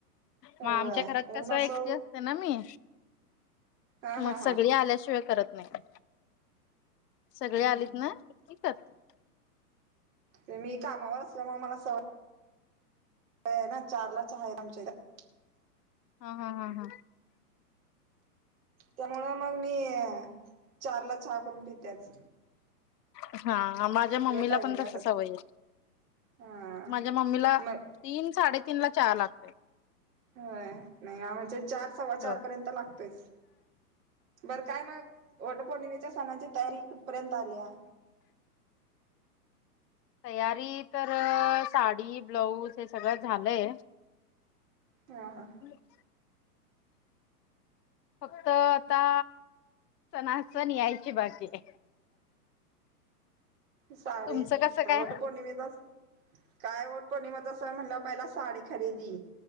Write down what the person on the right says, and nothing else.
होय
ऊन
असो
हा
हा
हा
हा
हा
माते कामावर असल्यामुळं मला सवय अं येना, चारला चहा ये, आमच्या इथं.
त्यामुळं मगं मी चार ला चहा करून पीत्यात.
टायमिंग
असतात
हा
मग
होय, नाही आमचे चार, सव्वा-चार
पर्यंत लागतोयच. बरं काय मग, वट पौर्णिमेच्या सणाची तयारी कुठं पर्यंत आलीया?
हा-हा.
साडी
त
वट पौर्णिमेतच, काय वट पौर्णिमातच सण म्हणल्या वर पहिल्या साडी खरेदी,